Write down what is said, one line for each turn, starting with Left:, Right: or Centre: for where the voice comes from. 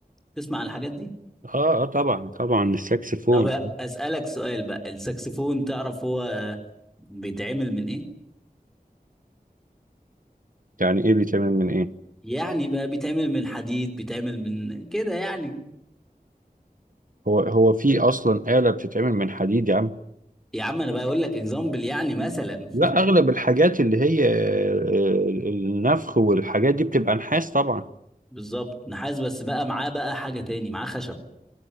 Centre: تسمع عن الحاجات دي؟
Right: اه اه طبعا طبعا الساكسفون
Centre: طب أسألك سؤال بقى الساكسفون تعرف هو بيتعمل من إيه؟
Right: يعني ايه بيتعمل من ايه
Centre: يعني بقى بيتعمل من حديد بيتعمل من كده يعني
Right: هو هو في اصلا آلة بتتعمل من حديد يا عم
Centre: يا عم انا بقول لك اكزامبل يعني مثلا
Right: لا اغلب الحاجات اللي هي آه، النفخ والحاجات دي بتبقى نحاس طبعا
Centre: <laughs> بالظبط نحاس بس بقى معاه بقى حاجة تاني معاه خشب